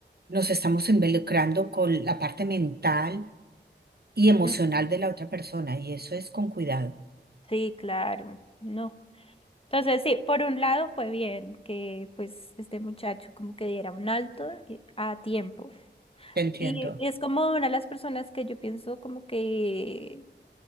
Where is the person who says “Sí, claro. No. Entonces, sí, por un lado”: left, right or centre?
Left